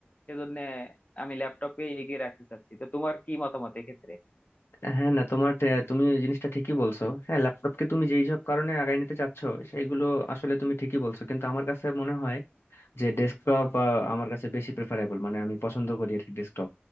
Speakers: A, on the left (about 35°); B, on the left (about 85°).
A: সেজন্য আমি ল্যাপটপকেই এগিয়ে রাখতে চাচ্ছি তো তোমার কি মতামত এক্ষেত্রে
B: হ্যাঁ হ্যাঁ, না তোমার টে- তুমি এই জিনিসটা ঠিকই বলছো হ্যাঁ ল্যাপটপকে তুমি যেই সব কারণে আগায় নিতে চাচ্ছ সেইগুলো আসলে তুমি ঠিকই বলছো কিন্তু আমার কাছে মনে হয় যে ডেস্কটপ আমার কাছে বেশি প্রেফারেবল মানে আমি পছন্দ করি আর কি ডেস্কটপ